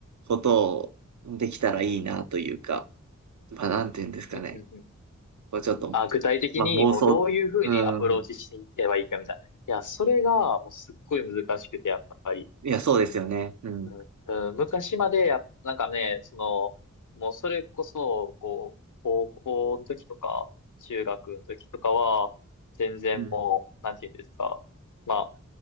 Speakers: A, on the right; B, on the left.
A: ことをできたらいいなというか、まあ、なんて言うんですかね。
B: うんうんうん
A: こうちょっと、
B: あ、具体的にもうどういうふうにアプローチしていけばいいかみたいな。
A: まあ、妄想、うん。
B: いや、それがもうすっごい難しくて、やっぱり。
A: いや、そうですよね。うん。
B: うんうん、昔までや、なんかね、その、もうそれこそ、こう、高校の時とか、中学の時とかは、全然もう、
A: うん。
B: なんて言うんですか。まあ、